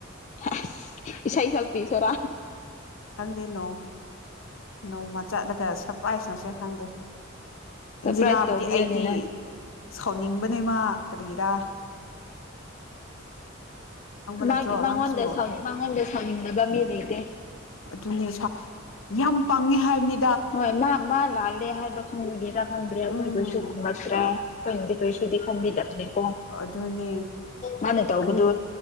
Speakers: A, on the left; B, on the left.
A: ꯍꯦꯁ ꯏꯁꯩ ꯁꯛꯄꯤ ꯑꯞꯁꯔꯥ
B: ꯈꯪꯗꯦ ꯅꯣꯡ ꯅꯣꯡꯃ ꯆꯠꯂꯒ ꯁꯔꯄ꯭ꯔꯥꯏꯖ ꯇꯧꯁꯦꯔꯥ ꯈꯪꯗꯦ ꯑꯟꯖꯤꯂꯥ
A: ꯁꯔꯄ꯭ꯔꯥꯏꯖ ꯇꯧꯕꯤꯌꯨꯅꯦ
B: ꯕꯨꯗꯤ ꯑꯩꯗꯤ
A: ꯅꯪ
B: ꯁꯥꯎꯅꯤꯡꯕꯅꯦ ꯃꯥ ꯀꯔꯤꯒꯤꯔꯥ
A: ꯃꯥꯒꯤ
B: ꯅꯠꯇ꯭ꯔꯣ
A: ꯃꯉꯣꯟꯗ
B: ꯅꯪꯁꯨ
A: ꯃꯉꯣꯟꯗ ꯁꯥꯎꯅꯤꯡꯗꯕ ꯃꯤ ꯂꯩꯇꯦ
B: ꯑꯗꯨꯅꯤ ꯁꯛ ꯌꯥꯝ ꯄꯥꯡꯉꯦ ꯍꯥꯏꯕꯅꯤ
A: ꯍꯣꯏ ꯃꯥ ꯃꯥ ꯂꯥꯜꯂꯦ ꯍꯥꯏꯕ ꯈꯪꯕꯒꯤꯔꯥꯥ ꯈꯟꯗ꯭ꯔꯦ ꯑꯈꯣꯏꯕꯨꯁꯨꯨ
B: ꯎꯝ
A: ꯅꯁ꯭ꯔ ꯈꯣꯏꯅꯥꯗꯤ ꯀꯔꯤꯁꯨꯗꯤ ꯈꯟꯕꯤꯗꯕꯅꯦ ꯑꯣ
B: ꯑꯗꯨꯅꯦ
A: ꯃꯥꯅ ꯇꯧꯕꯗꯨ
B: ꯑꯩ